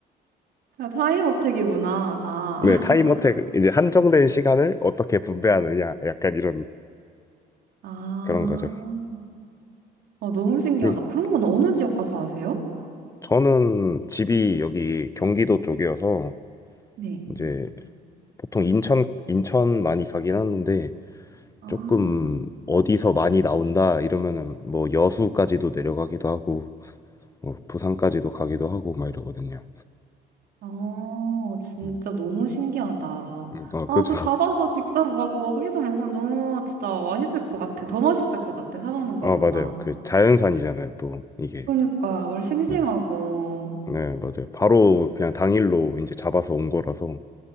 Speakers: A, on the right (about 70°); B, on the left (about 20°).
A: 타이어택이구나 다.
B: 네, 타임어택 이제 한정된 시간을 어떻게 분배하느냐
A: 네.
B: 약간 이런
A: 아,
B: 그런 거죠.
A: 아, 너무 신기하다.
B: 근데
A: 그런 건 어느 지역 가서 하세요?
B: 저는 집이 여기 경기도 쪽이어서
A: 네.
B: 이제 보통 인천 인천 많이 가긴 하는데
A: 아.
B: 조금 어디서 많이 나온다 이러면은 뭐 여수까지도 내려가기도 하고 뭐 부산까지도 가기도 하고 막 이러거든요.
A: 아, 진짜
B: 음,
A: 너무 신기하다.
B: 음, 아, 그죠.
A: 아, 그 잡아서 직접 막 뭐 해서 먹으면 너무 진짜 맛있을 것 같아. 더 맛있을 것 같아. 사 먹는 거보다.
B: 아, 맞아요. 그 자연산이잖아요, 또 이게.
A: 그러니까 얼 싱싱하고.
B: 네. 네, 맞아요. 바로 그냥 당일로 이제 잡아서 온 거라서.